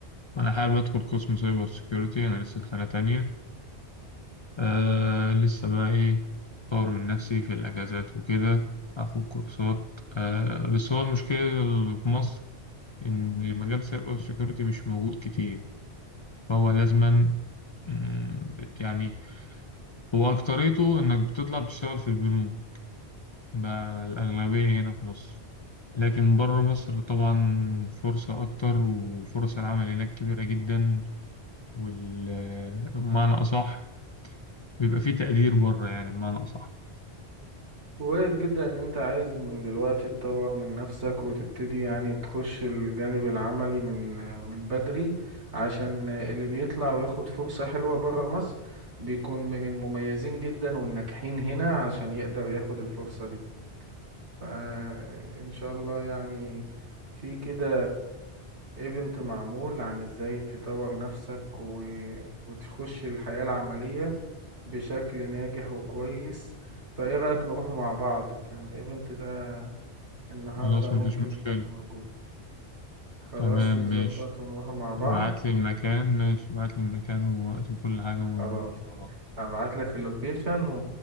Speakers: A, on the left; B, on the right.
A: أنا حابب أدخل قسم سايبر سيكيورتي أنا لسه في سنة تانية آه لسه بقى إيه أطور من نفسي في الأجازات وكده آخد كورسات آه بس هو المشكلة اللي في مصر إن مجال سايبر سيكيورتي مش موجود كتير فهو لازما مم، يعني هو أكتريته إنك بتطلع تشتغل في البنوك ده الأغلبية هنا في مصر لكن بره مصر طبعا فرصة أكتر وفرص العمل هناك كبيرة جدا والمعنى أصح بيبقى فيه تقدير بره يعني بمعنى أصح
B: كويس جدا ان انت عايز من دلوقتي تطور من نفسك وتبتدي يعني تخش الجانب العملي من من بدري عشان اللي بيطلع وياخد فرصة حلوة برا مصر بيكون من المميزين جدا والناجحين هنا عشان يقدر ياخد الفرصة دي فإن شاء الله يعني في كده ايفنت معمول عن ازاي تطور نفسك و... وتخش الحياة العملية بشكل ناجح وكويس فايه رأيك نروح مع بعض كان الايفنت ده النهاردة
A: خلاص
B: ممكن
A: مفيش مشكلة
B: يكون موجود خلاص
A: تمام
B: نظبط
A: ماشي
B: ونروح مع بعض
A: ابعت لي المكان ماشي ابعت لي المكان ووقت وكل حاجة ونقول
B: خلاص
A: مع بعض
B: هبعت لك اللوكيشن و...